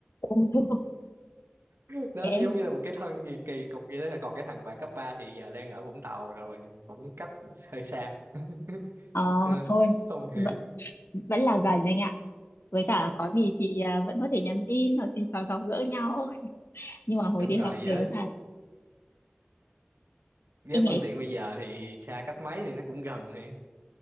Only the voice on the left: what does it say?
<laughs>
Thế,
ờ,
thôi
vẫn vẫn là gần anh ạ với cả có gì thì ờ, vẫn có thể nhắn tin hoặc thì thoảng gặp gỡ nhau nhưng mà hồi
đi
học nhớ
thật
em
nghĩ